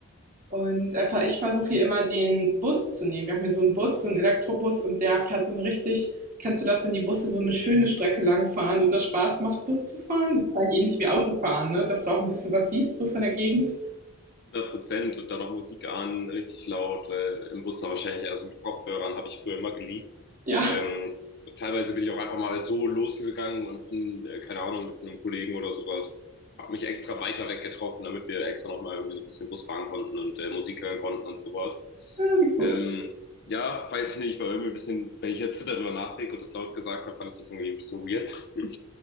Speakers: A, on the right; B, on the left.
A: Und einfach ich versuche hier immer den Bus zu nehmen. Wir haben hier so einen Bus, so einen Elektrobus und der fährt so eine richtig kennst du das, wenn die Busse so eine schöne Strecke lang fahren und das Spaß macht, Bus zu fahren? So ähnlich wie Autofahren, ne, dass du auch ein bisschen was siehst so von der Gegend.
B: hundert Prozent und dann noch Musik an, richtig laut, äh, im Bus dann wahrscheinlich, also mit Kopfhörern, habe ich früher immer geliebt.
A: Ja,
B: Ähm,
A: <laughs>
B: teilweise bin ich auch einfach mal so losgegangen und bin, äh, keine Ahnung, mit einem Kollegen oder sowas, habe mich extra weiter weg getroffen damit wir extra nochmal irgendwie so ein bisschen Bus fahren konnten und äh, Musik hören konnten und sowas.
A: ja, wie cool.
B: Ähm, ja, weiß nicht, war irgendwie ein bisschen, wenn ich jetzt darüber nachdenke und das laut gesagt habe, fand ich das irgendwie ein bisschen weird. <laughs>